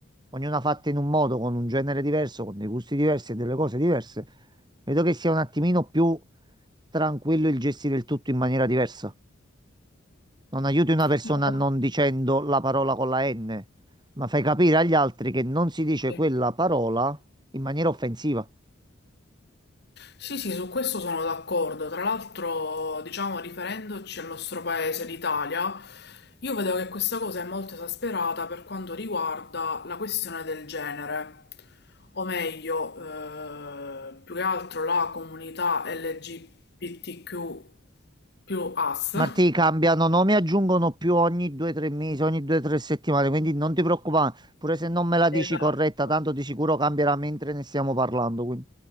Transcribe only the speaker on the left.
Io-
sì.
Sì, sì, su questo sono d'accordo. Tra l'altro, diciamo, riferendoci al nostro paese, l'Italia, io vedo che questa cosa è molto esasperata per quanto riguarda la questione del genere, o meglio, eh, più che altro la comunità LGBTQ più AS.
Esatto,